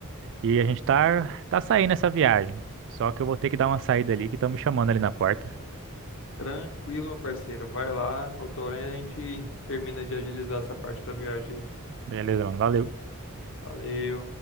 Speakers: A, on the right; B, on the left.
A: e a gente tá tá saindo essa viagem. Só que eu vou ter que dar uma saída ali que estão me chamando ali na porta.
B: Tranquilo, meu parceiro, vai lá, outra hora a gente termina de agilizar essa parte da viagem aí.
A: Beleza, mano. Valeu.
B: Valeu.